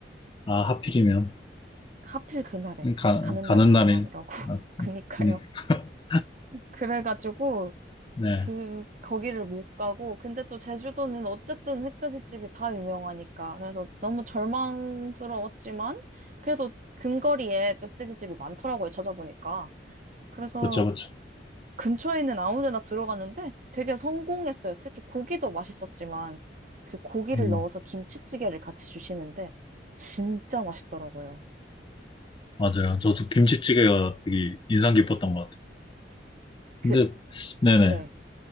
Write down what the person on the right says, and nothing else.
하필 그날에
가는
날이 장날이라고
<laughs>
그니까요
그래가지고
그 거기를 못 가고 근데 또 제주도는 어쨌든 흑돼지집이 다 유명하니까 그래서 너무 절망스러웠지만 그래도 근거리에 또 흑돼지집이 많더라고요 찾아보니까 그래서
근처에 있는 아무 데나 들어갔는데 되게 성공했어요 특히 고기도 맛있었지만 그 고기를
넣어서 김치찌개를 같이 주시는데 진짜 맛있더라고요
그
네